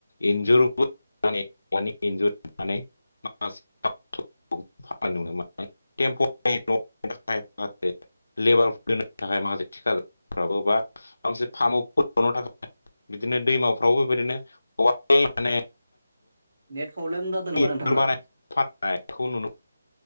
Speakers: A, on the left; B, on the right.
A: इन्जुर <unintelligible> <unintelligible> माखासे लेबार दोन थाखाय माखासे थिखफ्राबो बा गांसे फार्माव फनो थाखाय बिदिनो दैमाफ्रावबो बेबायदिनो माने
B: नेट प्रब्लेम जादोंनामा
A: औवाफोर
B: नोंथांना?
A: बानाय फाननायखौ नुनो